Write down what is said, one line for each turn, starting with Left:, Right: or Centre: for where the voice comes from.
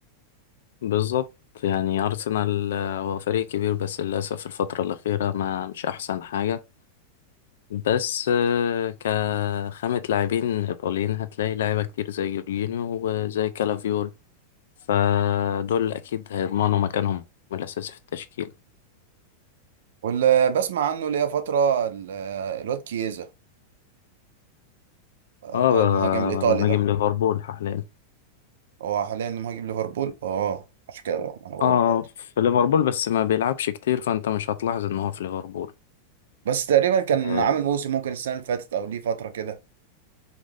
Left: بالظبط يعني أرسنال آه، هو فريق كبير بس للأسف الفترة الأخيرة ما مش أحسن حاجة بس آه، كخامة لاعبين إيطاليين هتلاقي لعيبة كتير زي جورجينيو وزي كالافيوري فدول أكيد هيضمنوا مكانهم الأساسي في التشكيل
Right: واللي بسمع عنه ليا فتره ال- آه، الواد كييزا آه،
Left: اه
Right: اللي هو المهاجم الايطالي
Left: مهاجم
Right: ده
Left: ليفربول حاليا
Right: هو حاليا مهاجم ليفربول اه عشان كده بقى، ما انا بقول
Left: اه
Right: برضه
Left: في ليفربول بس ما بيلعبش كتير فأنت مش هتلاحظ إن هو في ليفربول
Right: بس تقريبا كان
Left: آه،
Right: عامل موسم ممكن السنه اللي فاتت او ليه فتره كده